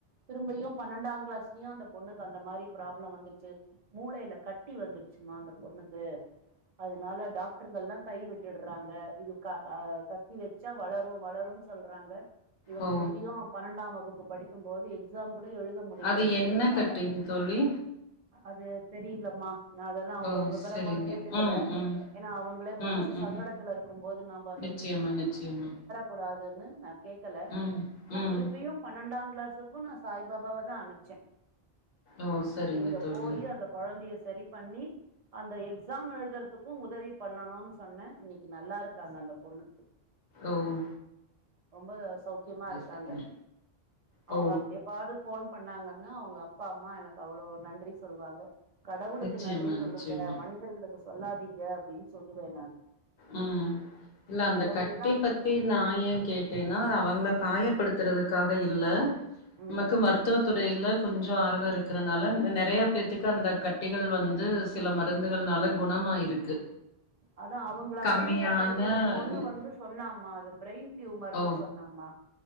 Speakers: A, on the right; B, on the left.
A: திரும்பயு பன்னெண்டாம் கிளாஸ்லயு அந்த பொண்ணுக்கு அந்த மாரி ப்ராப்ளம் வந்துச்சு மூளைல கட்டி வந்துருச்சுமா அந்த பொண்ணுக்கு அதனால டாக்டருகள்லா கை விட்டுடுறாங்க இது அ கத்தி வச் சா வளரு வளருன் சொல்றாங்க இவங்க
B: ஓ
A: திருப்பியு பன்னெண்டாம் வகுப்பு இருக்கு போது எக்ஸாம் கூட எழுத முடில
B: அது
A: அந்த
B: என்ன
A: பொண்ணுனால
B: கட்டிங் தோழி
A: அது தெரிலமா நா அதெல்லா அவ்ள
B: ஓ
A: விவரமா
B: சரிங்க
A: கேட்டுக்கல
B: ம் ம்
A: ஏன்னா அவங்களே மனசு
B: ம் ம்
A: சங்கடத்துல இருக்கு போது நாம அந்த
B: நிச்சயமா நிச்சயமா
A: கூடாதுனு நா கேக்கல
B: ம்
A: ஆனா
B: ம்
A: திருப்பியு பன்னென்டா கிளாஸுக்கு நா சாய் பாாபாவதா அனுப்ச்ச
B: ஓ சரிங்க
A: நீங்க
B: தோழி
A: போயி அந்த கொழந்தைய சரி பண்ணி அந்த எக்ஸாம் எழுதுறதுக்கு உதவி பண்ணணுன் சொன்ன இன்னைக்கு நல்லா இருக்காங்க அந்த பொண்ணு
B: ஓம்
A: ரொம்ப சௌக்கியமா இருக்காங்க
B: சரிங்க ஓ!
A: அவுங்க எப் எப்பாது ஃபோன் பண்ணாங்கன்னா அவுங்க அப்பா அம்மா எனக்கு அவ்ளோ நன்றி சொல்வாங்க கடவுளுக்கு
B: நிச்சயமா,
A: நன்றி சொல்லுங்க
B: நிச்சயமா.
A: மனிதர்களுக்கு சொல்லாதீங்க அப்டின் சொல்லுவே நானு
B: ம் இல்ல அந்த
A: கடவுள்
B: கட்டிய
A: தா
B: பத் தி நா ஏ கேட்டேன்னா அத அவங்கள காயப்படுத்துறதுக்காக இல்ல
A: ம்
B: நமக்கு மருத் துவ துறைல கொஞ்சோ ஆர்வோ இருக்கிறனால நெறய பேத்துக்கு அந்த கட்டிகள் வந்து சில மருந்துகள்னால குணமாயிருக்கு
A: அதா அவுங்கள
B: கம்மியான
A: அறிமுகப்படுத்தினா பொண்ணு
B: ம்
A: வந்து சொன்னாமா அது பிரெயின் டியூமர்ன்னு
B: ஓ!
A: சொன்னாமா